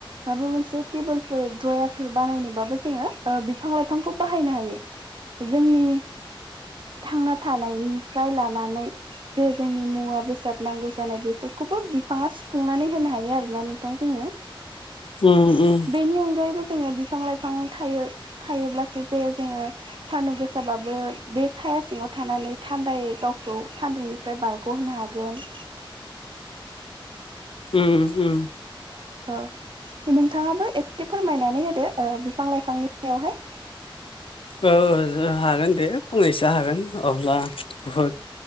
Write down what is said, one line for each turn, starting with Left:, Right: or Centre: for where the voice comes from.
Right: माबा मोनसे तेबोल फोर द्रयारफोर बानायनोबाबो जोङो ओ बिफां लाइफांखौ बाहायनो हायो। जोंनि थांना थानायनिफ्राय लानानै जे जोंनि मुवा बेसाद नांगौ जानाय बेफोरखौबो बिफाङा सुफुंनानै होनो हायो आरोना नोंथां जोंनो।
Left: उम उम।
Right: बेनि अनगायैबो जोङो बिफां लाइफां थायो थायोब्लासो जे जोङो सान्दुं गोसाबाबो बे साया सिङाव थानानै थान्दायै गावखौ सान्दुंनि फ्राय बारग' होनो हागोन।
Left: उम उम।
Right: ओ नोंथाङाबो एसे फोरमायनानै होदो बिफां लाइफांनि सायावहाय।
Left: ओ जो हागोन दे फंनैसो हागोन अब्ला बहुद